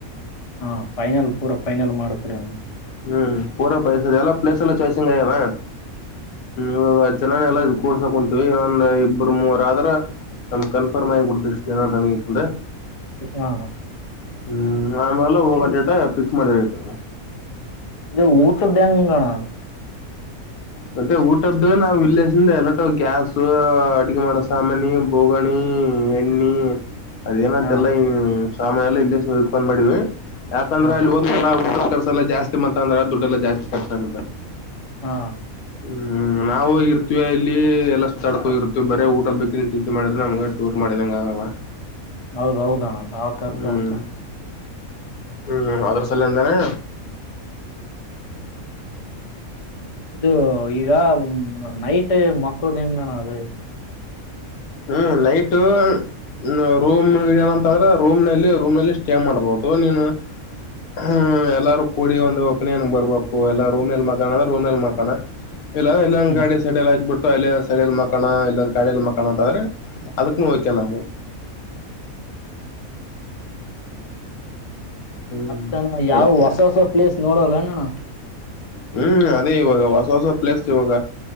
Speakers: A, on the left; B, on the left.
A: ಹಾ ಫೈನಲ್ ಪೂರಾ ಫೈನಲ್ ಮಾಡ್ತರಿ.
B: ಹ್ಮ್ ಪೂರ ಬಯಸದೆ ಎಲ್ಲ ಪ್ಲೇಸ್ ಎಲ್ಲ ಚಾಯ್ಸಿಂಗ್ ಆಯ್ಯದ್ಮ್ ಇವಾಗ ಜನಲ್ಲ ಕೂಡ್ಸೋ ಕುಂ. ಇೊಂದ್ ಇಬ್ಬರು ಮೂವರ ಆದ್ರ ನಮ್ಗೆ ಕನ್ಫರ್ಮ್ ಆಗಿಬ ಬಿಡ್ತ ಇಷ್ಟ ಜನ ನನಗೆ.
A: ಹಾ
B: ಹ್ಮ್ ಆಮೇಲೆ ಹೋಗ
A: ಇದು
B: ಡೇಟ ಫಿಕ್ಸ್ ಮಾಡಿದತ.
A: ಇದು ಊಟದಂಗಣ.
B: ಮತ್ತೆ ಊಟದ್ದು ನಾವವು ವಿಲೇಜ್ಿಂದ ಎಲ್ಲಟು ಗ್ಯಾಸ್ ಅಡ್ಗೆ ಮಾಡೋ ಸಾಮಾನಿ ಬೋಗಣಿ. ಎಣ್ಣಿ ಅದೇನಂತೆಲ್ಲ
A: ಹಾ
B: ಈ ಸಾಮಯ ಎಲ್ಲ ಇಲ್ಲಕೊಂಡ್ ಮಾಡವಿ. ಯಾಕಂದ್ರ
A: ಹಾ
B: ಅಲ್ಲಿ ಒಂದ್ಸ ಊಟದ ಕರ್ಸ ಎಲ್ಲ ಜಾಸ್ತಿ ಮತ್ತ ಅಂದ್ರೆ ದುಡ್ಡೆಲ್ಲಾ ಜಾಸ್ತಿ ರ್ಚ ಆಗುತ್ತೆ.
A: ಹಾ
B: ಹ್ಮ್ ನಾವ ಇರ್ತೀವ ಇಲ್ಲಿ. ಎಲ್ಲ ಸುತ್ತತಾಕ ಹೋಗರುತ್ತ ಬರೆ ಊಟಲ್ ಬೇಕ ನೀನ್ ಚಿಂತೆ ಮಾಡಿದ್ರೆ ನಮಗೆ ೂರ್ ಮಾಡಂಗಆಲ್ಲ.
A: ಹೌದೌದಣ್ಣ ಬಾಳ ಖರ್ಚತಾ
B: ಹ್ಮ್ ಹ್ಮ್ ಅದ್ರಸಲ ಇಂದಾನೆ
A: ಹ <inaudible> ಇದು ಈಗ ನೈಟ್ ಮಕ್ಕೋ ದೆಂಗನ ಅಲಿ.
B: ಹ್ಮ್ ನೈಟ್. ಹ್ಮ ರೂಮ್ ಏನಂತ ಅಂದ್ರೆ ರೂಮ್ ನಲ್ಲಿ ರೂಮ್ ನಲ್ಲಿ ಸ್ಟೇ ಮಾಡ್ಬೋದು ನೀನು. ಹ್ಮ್ ಎಲ್ಲಾರು ಕೂಡಿ ಒಂದು ಓಪನಿನ್ ಬರ್ಬೇಕು ಎಲ್ಲಾ ರೂಮ್ ನಲ್ ಮಕಾಣ ಅಂದ್ರೆ ರೂಮ್ ನಲ್ ಮಕಾಣ. ಇಲ್ಲ ಎಲ್ಲಂಗ
A: ಹ್ಮ್
B: ಗಾಡಿ ಸಡಲ್ ಆಾಕ್ಬ ಬಿಟ್ಟು ಅಲ್ಲಿಲ್ಲ ಸಡಲ್ ಮಕಣ ಇಲ್ಲಂಗ ಗಾಡಲ್ಲಿ ಮಕ್ಕ. <inaudible> ಅಂತಾದ್ರೆಅದಕ್ಕ ವಕಣ ಆಗೂ. ಹ್ಮ್
A: ಅತ್ತಣ ಯಾವ್
B: ಅಲ್ಲ
A: ಹೊಸ ಹೊಸ ಪ್ಲೇಸ್ ನೋಡಲ್ಲಣೋಣ್ಣ.
B: ಹ್ಮ್ ಅದೇ ಇವಾಗ ಹೊಸ ಹೊಸ ಪ್ಲೇಸ್ ಇವಾಗ.